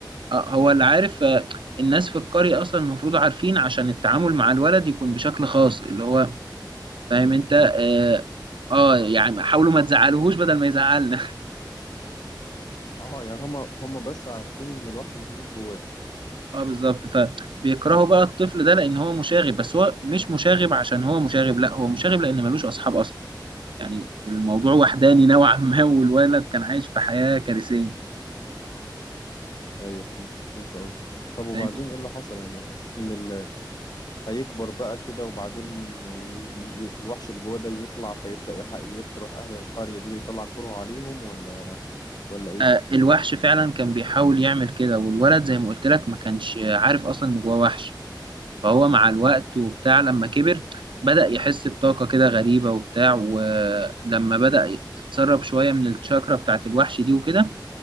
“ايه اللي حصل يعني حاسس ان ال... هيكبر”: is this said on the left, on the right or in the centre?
Left